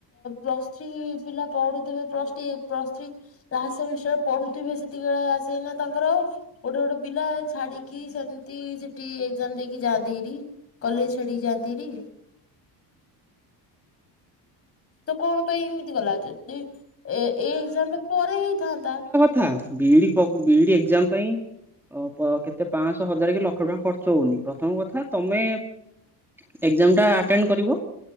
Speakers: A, on the left; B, in the centre.
A: ପ୍ଲସ୍ ଥ୍ରୀ ପିଲା ପଢୁଥିବେ plus plus three last semester ପଢୁଥିବେ ସେତିକିବେଳେ ଆସିବେନା ତାଙ୍କର ଆଉ ଗୋଟେ ଗୋଟେ ପିଲା ଛାଡିକି ସେ ସେଠି ଏଗ୍ଜାମ୍ ଦେଇକି ଯାଆନ୍ତି ହେରି କଲେଜ ଛାଡିକି ଯାଆନ୍ତିି ହେରି ତ କଣ ପାଇଁ ଏମିତି ଗଲା ଯଦି ଏ ଏଇ ଏଗ୍ଜାମ ଟା ପରେ ହେଇଥାନ୍ତା
B: ଥା ବିଇଡି ବିଇଡି ଏଗ୍ଜାମ ପାଇଁ ଓ କେତେ ପାଁଶହ ହଜାର କି ଲକ୍ଷ ଟଙ୍କା ଖର୍ଚ୍ଚ ହଉନି ପ୍ରଥମ କଥା ତମେ ଏ ଗଜାମ୍ମଟା ଆଟେଣ୍ଡ କରିବ